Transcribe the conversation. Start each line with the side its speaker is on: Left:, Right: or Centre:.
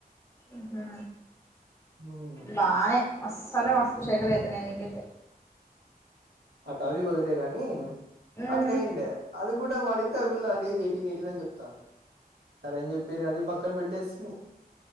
Left: ఊహు
Right: హ్మ్
Left: లానే మసాల వాస్తుశేఖరలు అయితున్నా ఎన్నికతే
Right: అ టాపిక్ వదిలెయ్ గాని
Left: ఉమ్
Right: అట్లే ఉండే అది కూడా అడిగితే ఆ పిల్ల లేదు ఎయిటీన్ ఎయిటీన్ అని చెప్త సరేని చెప్పేసి అది పక్కన పెట్టేస్తు